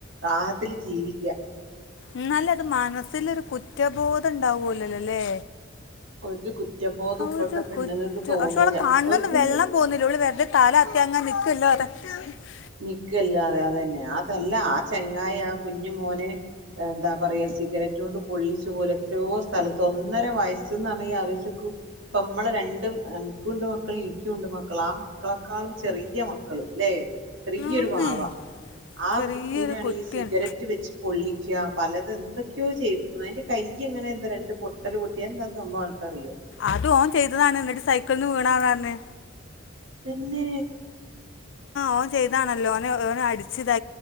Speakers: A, on the right; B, on the left.
A: റാഹത്തില് ജീവിക്ക.
B: എന്നലേ അത് മനസ്സിലൊരു കുറ്റബോ ഇണ്ടാവുമോല്ലല്ലല്ലേ?
A: ഒരു കുറ്റബോധം
B: അവര്
A: ഇപ്പോഴത്തെ പെണ്ണുങ്ങൾക്ക്
B: കുറ്റ
A: തോന്നൂല
B: പക്ഷെ അവൾടെ കണ്ണ്ന്ന്
A: ഓർക്ക്
B: വെള്ളം പോലുല്ല. അവള് വെറുത തല അത്തി അങ്ങെ നിക്കല്ലാതെ. <unintelligible>
A: നിക്കല്ലാതെ അതന്നെ അതല്ലാ ആ ചെങ്ങായി ആ കുഞ്ഞു മോന, എന്താ പറയാ സിഗരറ്റ് കൊണ്ട് പൊള്ളിച്ചു. പോലും എത്രയോ സ്ഥലത്ത് ഒന്നര വയസ്സ്ന്ന് പറഞ്ഞാനീ അലോയിച്ചുനോകൂ ഇപ്പമ്മള് രണ്ട് എനിക്കുണ്ട് മക്കള് നിക്കുണ്ട് മക്കള് ആ മക്കളെക്കാളും ചെറിയ മക്കള് ല്ലെ. ചെറിയൊരു
B: ഒന്നേ
A: വാവ. ആ
B: ചെറിയൊരു
A: കുട്ടീനാണ്
B: കുട്ടിയാണ്
A: ഈ സിഗരറ്റ് വെച്ച് പൊള്ളി. പലത് എന്തൊക്കെയോ, ചെയ്തിക്കുന്നത്, അതിന്റെ കൈ, ഇങ്ങനെ, എന്താ, രണ്ട് പൊട്ടല്, പൊട്ടിയ, എന്താ, സം- ഭവാന്ന്, നിക്കറിയോ?
B: അത് ഓൻ ചെയ്തതാണ്. എന്നിട്ട് സൈക്കിളിന്ന് വീണാന്ന് പറഞ്ഞ്.
A: പിന്നെ
B: ഓൻ ചെയ്താണല്ലോ ഓന ഓന അടിച്ച് ഇതാ